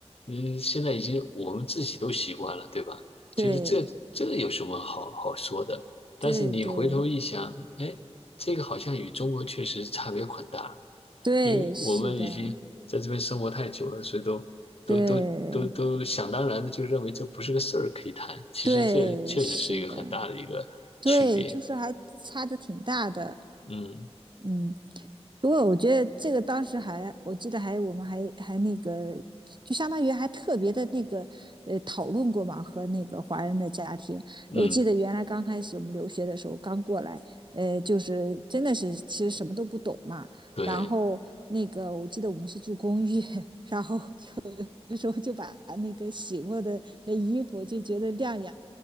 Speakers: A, on the left (about 60°); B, on the right (about 45°).
A: 嗯，现在已经我们自己都习惯了，对吧？
B: 对，
A: 觉得这这有什么好好说的？但是你回头一想，
B: 对，对，
A: 哎，这个好像与中国确实差别很大，
B: 对，
A: 因为我们已经在这边生活太久了，
B: 是的，
A: 所以都都都都都想当然的就认为这不是个事儿可以谈。
B: 对，
A: 其实这确实是一个很大的一个区别。
B: 对，是的，对，就是还差的挺大的。
A: 嗯
B: 嗯，不过我觉得这个当时还，我记得还我们还还那个，就相当于还特别的那个呃讨论过嘛，和那个华人的家庭。
A: 嗯。
B: 我记得原来刚开始我们留学的时候，刚过来，呃，就是真的是其实什么都不懂嘛。
A: 对，
B: 然后那个我记得我们是住公寓，<laughs> 然后有的时候就把那个洗过的那衣服就觉得晾阳